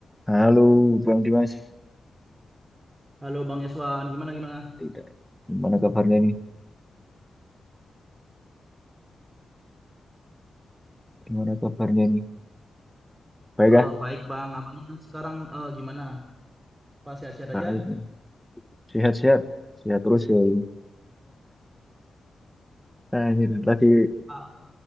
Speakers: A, in the centre; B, on the right.
A: Halo, Bang Dimas.
B: Halo Bang Yeswan, gimana gimana?
A: Tidak. Gimana kabarnya nih? Gimana kabarnya nih? Baik ah?
B: Eh, baik Bang, abangnya sekarang eh, gimana? Pas sehat-sehat
A: Baik
B: aja?
A: nih. Sehat-sehat. Sehat terus ya. ini. Nah, ini lagi
B: Ah,